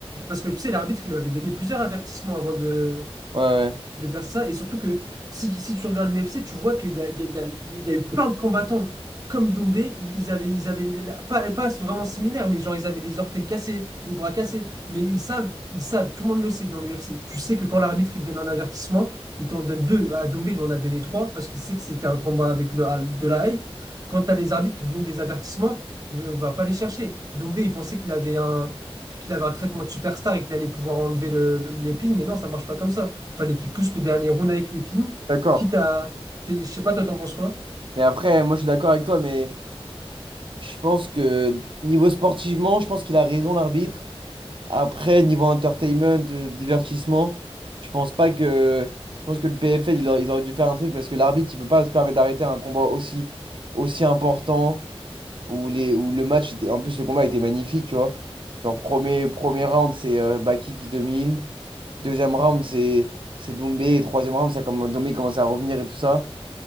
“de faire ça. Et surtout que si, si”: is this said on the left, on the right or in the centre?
Right